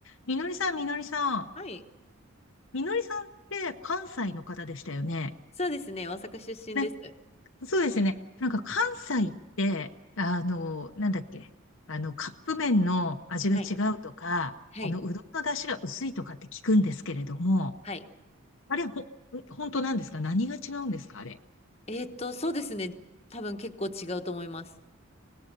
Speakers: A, on the left (about 65°); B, on the left (about 30°).
A: みのりさん、みのりさん。
B: はい。
A: みのりさんって関西の方でしたよね。
B: そうですね。大阪出身です。
A: ね、そうですね。なんか関西って、あの、なんだっけ。あの、カップ麺の味が違うとか、
B: はい。はい。
A: あの、うどんの出汁が薄いとかって聞くんですけれども、
B: はい。
A: あれ、ほ、本当なんですか何が違うんですかあれ。
B: えーっと、そうですね。多分結構違うと思います。